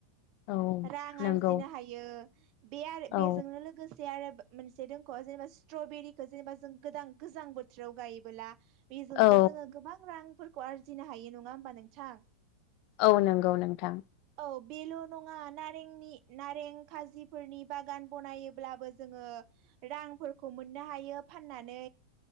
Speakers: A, on the left (about 45°); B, on the right (about 40°).
A: औ
B: रां
A: नंगौ
B: आरजिनो हायो बे आरो बेजोंनो
A: औ
B: लोगोसे मोन आरो मोनसे दंख' जेनेबा स्ट्रबेरिखौ जेनेबा जों गो गोजां बोथोराव गायोबोला बेजोंबो
A: औ
B: जोङो गोबां रांफोरखौ आरजिनो हायो नङा होमबा नोंथां?
A: औ नंगौ नोंथां।
B: औ बेल' नङा नारेंनि नारें खाजिफोरनि बागान बनायोब्लाबो जोङो रांफोरखौ मोननो हायो फाननानै